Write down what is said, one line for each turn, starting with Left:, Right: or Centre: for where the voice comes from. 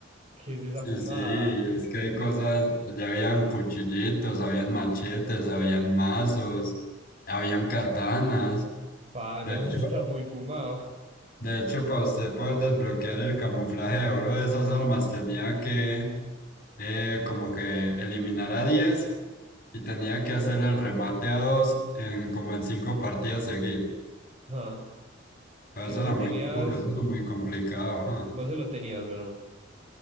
Right: ¿Qué es esa
Left: Sí,
Right: fumada?
Left: sí, es que hay cosas, allá habían cuchillitos, habían machetes, habían mazos, habían katanas.
Right: Pana,
Left: De hecho,
Right: <laughs> eso está muy fumado.
Left: de hecho, para usted poder desbloquear el camuflaje de oro de esas armas tenía que eh, como que eliminar a 10 y tenía que hacer el remate a 2 en como en cinco partidas
Right: Sí.
Left: seguidas.
Right: Ah,
Left: Pero
Right: y
Left: eso
Right: vos
Left: era
Right: le
Left: muy
Right: tenías,
Left: duro, eso era muy complicado, ajá.
Right: vos se lo tenías, bueno,